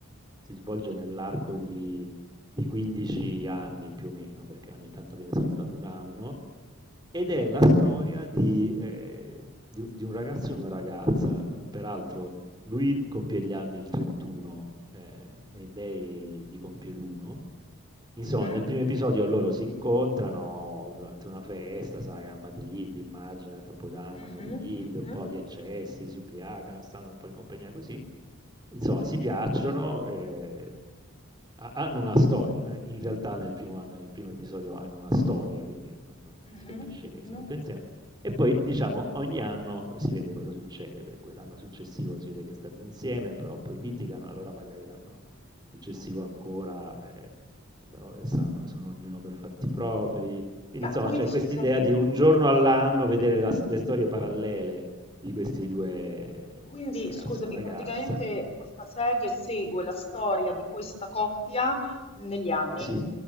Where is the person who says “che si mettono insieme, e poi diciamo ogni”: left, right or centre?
Right